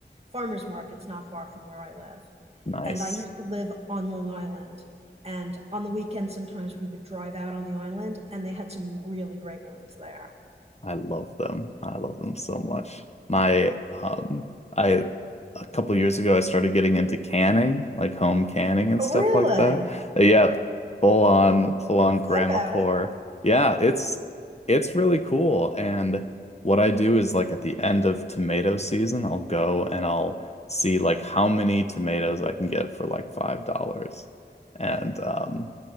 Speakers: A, on the right (about 35°); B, on the left (about 35°).
A: farmers markets not far from where I live.
B: nice.
A: And I used to live on Long Island. And on the weekend, sometimes we would drive out on the island, and they had some really great ones there.
B: I love them. I love them so much. My um I a couple years ago I started getting into canning, like home canning and
A: Oh,
B: stuff
A: really?
B: like that. But yeah, full on
A: Okay.
B: full on
A: I've thought
B: Grammacore.
A: about it.
B: Yeah, it's it's really cool. And what I do is like at the end of tomato season, I'll go and I'll see like how many tomatoes I can get for like five dollars. And um